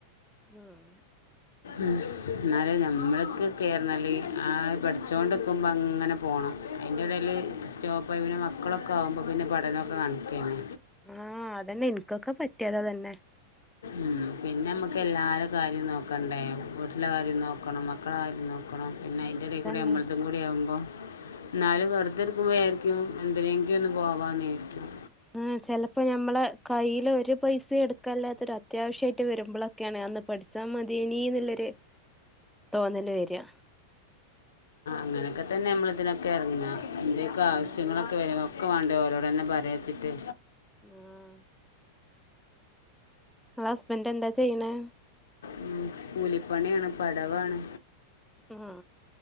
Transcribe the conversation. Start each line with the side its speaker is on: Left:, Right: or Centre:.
Centre: ഉം
Left: ഉം ന്നാല് ഞമ്മക്ക് കേർന്നൽ ആ പഠിച്ചോണ്ട്ക്കുമ്പോ അങ്ങനെ പോണം. അയിന്റെടേൽ സ്റ്റോപ്പായി പിന്നെ മക്കളൊക്കെ ആവുമ്പോ പിന്നെ പഠനൊക്കെ കണക്കന്നെ.
Centre: ആ അതന്നെ ൻക്കൊക്കെ പറ്റിയതതന്നെ.
Left: ഉം പിന്നെ മ്മക്ക് എല്ലാര കാര്യം നോക്കണ്ടേ വീട്ടില കാര്യം നോക്കണം മക്കള കാര്യം നോക്കണം പിന്നെ അതി്ന്റെടേകൂടെ
Centre: അതന്നെ
Left: നമ്മൾതും കൂ. ടി ആവുമ്പോ ന്നാലും വെറുതെ ഇരിക്കുമ്പോ വിയാര്ക്കും എന്തിനെങ്കി ഒന്ന് പോവാ ന്ന് യാര്ക്യും
Centre: ആ ചെലപ്പോ ഞമ്മള് കയ്യിൽ ഒരു പൈസയും എടുക്കല്ലാത്തൊരു അത്യാവശ്യായിട്ട് വരുമ്പൊളൊക്കെയാണ് അന്ന് പഠിച്ചാ മതേനീ ന്നുള്ളൊര് തോന്നല് വെര.
Left: അങ്ങനെക്കെ തന്നെ നമ്മള് ഇതിനൊക്കെ എറ്ങ്ങ എന്തയൊക്കെ
Centre: ഉം
Left: ആവശ്യങ്ങളൊക്കെ വരു ഒക്കെ വാണ്ടേ ഓരോടന്നെ പറയച്ചിട്ട്.
Centre: ആഹ്. ങ്ങള ഹസ്ബൻറ്റ് എന്താ ചെയ്യ്ണേ.
Left: ഉം കൂലിപ്പണിയാണ് പടവാണ്.
Centre: ഉം